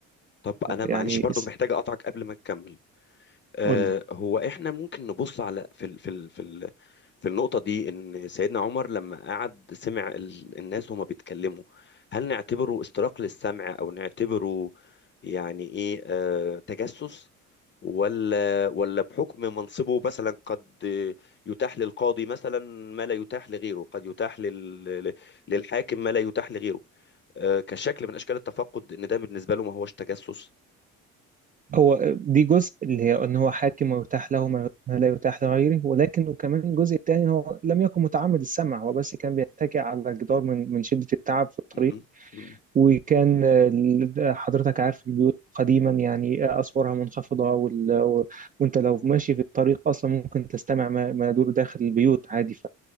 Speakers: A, on the left; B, on the right.
A: طب أنا معلش
B: يعني
A: برضو محتاج أقطعك قبل ما تكمل أه
B: قولي
A: هو إحنا ممكن نبص على في ال في ال في ال في النقطة دي إن سيدنا عمر لما قعد سمع ال الناس وهما بيتكلموا هل نعتبره استراق للسمع أو نعتبره يعني إيه أه تجسس ولا ولا بحكم منصبه مثلا قد يتاح للقاضي مثلا ما لا يتاح لغيره قد يتاح لل للحاكم ما لا يتاح لغيره آه، كشكل من اشكال التفقد ان ده بالنسبه له ما هوش تجسس
B: هو دي جزء اللي هي ان هو حاكم ويتاح له ما ما لا يتاح لغيره ولكن وكمان الجزء الثاني هو لم يكن متعمد السمع هو بس كان بيتكئ على الجدار من من شدة التعب في الطريق
A: م- م-
B: وكان آه، ال- حضرتك عارف البيوت قديما يعني أسوارها منخفضة وال... و... وأنت لو ماشي في الطريق أصلا ممكن تستمع ما, ما يدور داخل البيوت عادي ف...